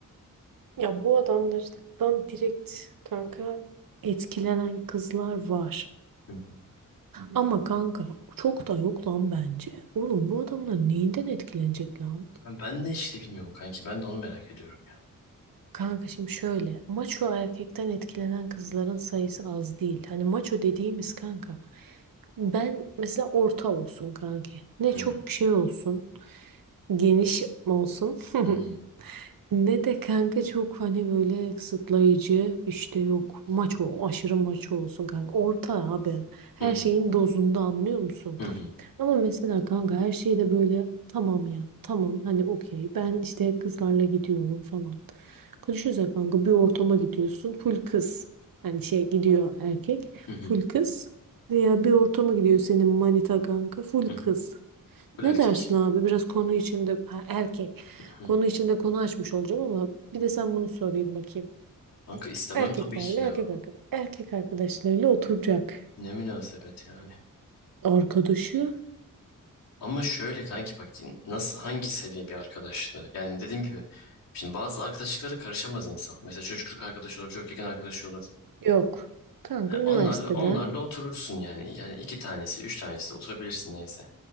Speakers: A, on the right; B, on the left.
A: ya bu adamlardan direkt kanka etkilenen kızlar var.
B: Hı hı.
A: Ama kanka çok da yok lan bence. Oğlum bu adamlar neyinden etkilenecek lan?
B: Ha, Ben de işte bilmiyorum kanki. Ben de onu merak ediyorum ya.
A: Kanka şimdi şöyle maço erkekten etkilenen kızların sayısı az değil. Hani maço dediğimiz kanka ben mesela orta olsun kanki. Ne
B: Hı
A: çok
B: hı,
A: şey olsun geniş olsun <laughs>
B: hı hı,
A: Ne de kanka çok hani böyle kısıtlayıcı işte yok maç o aşırı maç olsun kanka orta abi her
B: hı hı,
A: şeyin dozunda anlıyor musun?
B: hı hı,
A: Ama mesela kanka her şey de böyle tamam ya tamam hani okey ben işte kızlarla gidiyorum falan. Konuşuyoruz ya kanka bir ortama gidiyorsun full kız hani şey gidiyor erkek
B: hı hı,
A: full kız veya bir ortama gidiyor senin manita kanka full
B: hı hı.
A: kız.
B: Bu erkek.
A: Ne dersin abi? Biraz konu içinde ha, erkek.
B: Hı
A: Konu içinde konu açmış olacağım ama bir de sen bunu sorayım bakayım.
B: Kanka istemem
A: Erkeklerle
B: tabii ki ya.
A: erkek arkadaş, erkek arkadaşlarıyla oturacak.
B: Ne münasebet yani.
A: Arkadaşı
B: Ama şöyle kanki bak nasıl hangi seviye bir arkadaştı? Yani dediğim gibi şimdi bazı arkadaşlıklara karışamaz insan. Mesela çocukluk arkadaşı olur, çok yakın arkadaşı olur.
A: yok. Kanka
B: Ha,
A: üniversiteden
B: onlarla onlarla oturursun yani. Yani iki tanesi, üç tanesi oturabilirsin neyse.